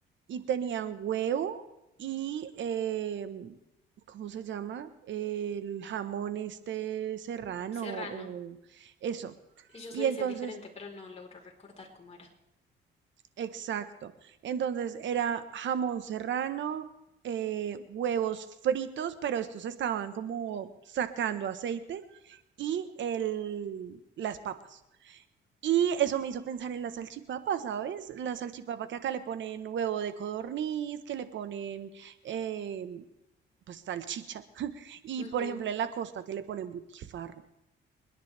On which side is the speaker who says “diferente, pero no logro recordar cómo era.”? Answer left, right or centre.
Left